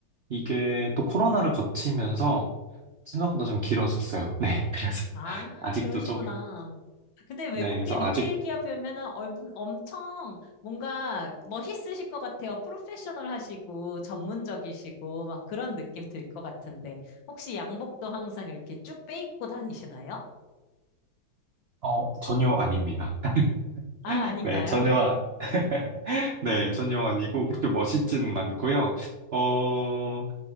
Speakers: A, on the right; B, on the left.
A: 이게 또 코로나를 거치면서 생각보다 좀 길어졌어요. <laughs> 네, 그래서
B: 아,
A: 아직도
B: 그러시구나.
A: 좀
B: 아, 근데 외국계
A: 네, 그래서
B: 리테일
A: 아직
B: 기업이면은 얼- 엄청 뭔가 멋있으실 것 같아요. 프로페셔널 하시고, 전문적이시고, 막 그런 느낌 들 것 같은데. 혹시 양복도 항상 이렇게 쭉 빼입고 다니시나요?
A: 어 전혀 아닙니다. <laughs>
B: 아, 아닌가요?
A: 네, 전혀 아- <laughs> 네, 전혀 아니고 그렇게 멋있지는 않고요. 어,